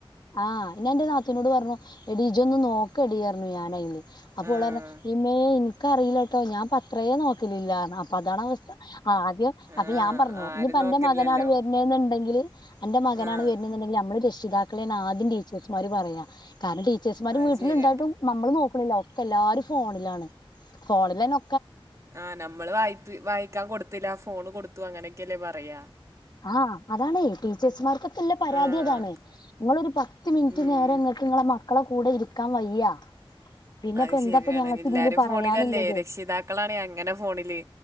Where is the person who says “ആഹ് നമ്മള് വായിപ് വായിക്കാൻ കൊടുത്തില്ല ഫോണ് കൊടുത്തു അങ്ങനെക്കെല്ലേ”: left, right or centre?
Right